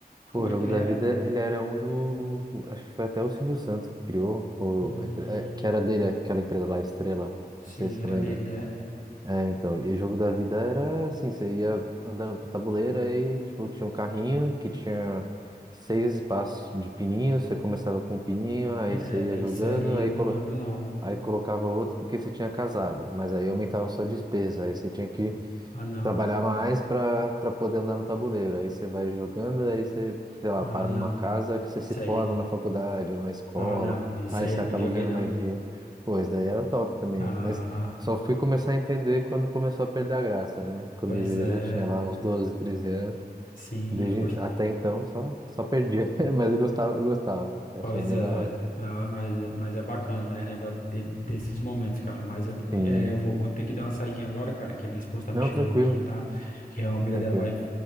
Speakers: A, on the right (about 25°); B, on the left (about 55°).
A: Pô,
B: Como
A: o
B: é
A: jogo
B: que ele
A: da
B: era?
A: vida, ele era um do, acho que foi até o Silvio Santos que criou, ou,
B: Hum,
A: a empre- é, que era dele, aquela empresa lá, Estrela.
B: sim,
A: Não sei se
B: era
A: você lembra.
B: dele, né?
A: É, então, e o jogo da vida era assim, você ia andando pro tabuleiro, aí, tipo, tinha um carrinho que tinha seis espaços de pininho, você começava com um pininho, aí
B: É,
A: você ia jogando,
B: isso aí eu
A: aí, colo
B: não lembro, não.
A: aí colocava outro porque você tinha casado, mas aí aumentava
B: Hum,
A: a sua despesa, aí você tinha que
B: ah, não.
A: trabalhar mais para para poder andar no tabuleiro. Aí você vai jogando, aí você, sei lá,
B: Ah,
A: para
B: não.
A: numa casa que você
B: Isso
A: se forma
B: aí.
A: na faculdade ou na escola,
B: Ah, não. Isso
A: aí
B: aí
A: você
B: eu não
A: acaba
B: joguei,
A: ganhando
B: não.
A: mais dinheiro. Pô, isso daí era top também,
B: Ah,
A: mas só fui começar a entender quando começou a perder a graça, né? Quando
B: pois
A: eu
B: é.
A: já já tinha lá uns 12 13 anos.
B: Sim,
A: Desde,
B: eu gosto.
A: até então só só perdia, <laughs> mas eu gostava, eu gostava, eu
B: Pois
A: achava bem
B: é,
A: da hora.
B: ah, mas, mas é bacana, né? Lembrar de- desses momentos, cara. Mas eu, vou-
A: Sim.
B: é, eu vou, vou ter que dar uma saidinha agora, cara, que a minha esposa tá me
A: Não,
B: chamando
A: tranquilo,
B: aqui, tá? Que a amiga
A: tranquilo.
B: dela vai,